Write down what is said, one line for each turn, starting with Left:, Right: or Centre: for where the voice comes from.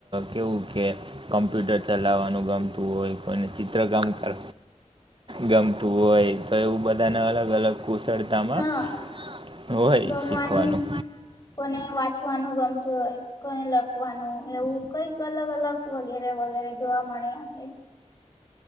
Right: કેવું કે કોમ્પ્યુટર ચલાવવાનું ગમતું હોય કોઈને ચિત્ર કામ કર ગમતું હોય તો એવું બધાને અલગ અલગ કુશળતામાં
Left: હા
Right: હોય
Left: ગમવાની
Right: શીખવાનું.
Left: કોને વાંચવાનું ગમતું હોય કોને લખવાનું એવું કઈક અલગ અલગ વગેરે વગેરે જોવા મળે આપણે